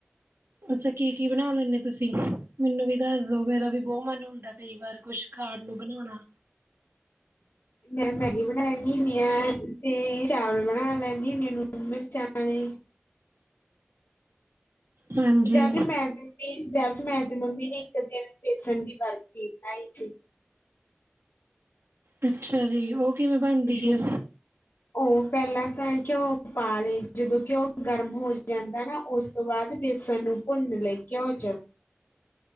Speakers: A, on the right (about 75°); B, on the left (about 75°).
A: ਅੱਛਾ ਕੀ, ਕੀ ਬਣਾ ਲੈਂਦੇ ਤੁਸੀਂ, ਮੈਨੂੰ ਵੀ ਦੱਸ ਦੋ ਮੇਰਾ ਵੀ ਬੋਹ ਮਨ ਹੁੰਦਾ ਕਈ ਵਾਰ ਕੁਛ ਖਾਣ ਨੂੰ ਬਣਾਉਣਾ
B: ਮੈਂ ਮੈਗੀ ਬਣਾ ਲੈਂਦੀ ਹੁੰਦੀ ਹਾਂ ਤੇ ਚਾਵਲ ਬਣਾ ਲੈਂਦੀ ਹੂੰਦੀ ਆ ਮਿਰਚਾਂ ਆਲੇ।
A: ਹਾਂਜੀ
B: ਜਾਂ ਫਿਰ ਮੈਂ <unintelligible> ਜਾ ਫੇਰ ਮੈਂ, ਤੇ ਮੰਮੀ ਨੇ ਇੱਕ ਦਿਨ ਬੇਸਣ ਦੀ ਬਰਫ਼ੀ ਬਣਾਈ ਸੀ।
A: ਅੱਛਾ ਜੀ ਉਹ ਕਿਵੇਂ ਬਣਦੀ
B: <unintelligible>
A: ਹੈ
B: ਉਹ ਪਹਿਲਾਂ ਤਾਂ ਘਯੋ ਪਾਲੇ ਜਦੋਂ ਘਿਓ ਗਰਮ ਹੋ ਜਾਂਦਾ ਨਾ ਉਸ ਤੋਂ ਬਾਅਦ ਬੇਸਣ ਨੂੰ ਭੁੰਨਣ ਲਈ ਘਿਓ ਚ।